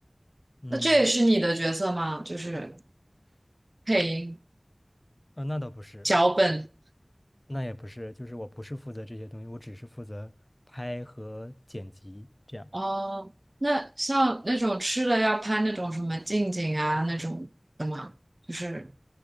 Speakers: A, on the left; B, on the right.
A: 嗯，
B: 那这也是你的角色吗？就是配音。
A: 啊那倒不是。
B: 脚本
A: 那也不是，就是我不是负责这些东西，我只是负责拍和剪辑这样。
B: 哦，那像那种吃的要拍那种什么近景啊那种的吗？就是